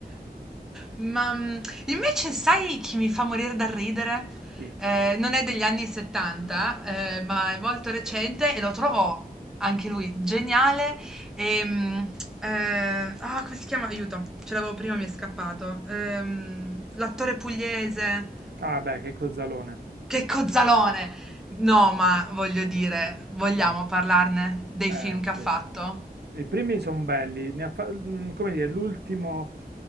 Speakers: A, in the centre; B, on the right (about 85°).
A: Ma mm, invece sai chi mi fa morire dal ridere?
B: Chi?
A: Eh, non è degli anni 70, eh, ma è molto recente e lo trovo anche lui geniale. E, mm, eh, ah, come si chiama? Aiuto, ce l'avevo prima, mi è scappato. Ehm, l'attore pugliese.
B: Ah beh, che cozzalone.
A: Che cozzalone! No, ma voglio dire, vogliamo
B: Sì,
A: parlarne dei
B: eh,
A: film che
B: sì.
A: ha fatto?
B: I primi sono belli, ne ha fa- mm, come dire, l'ultimo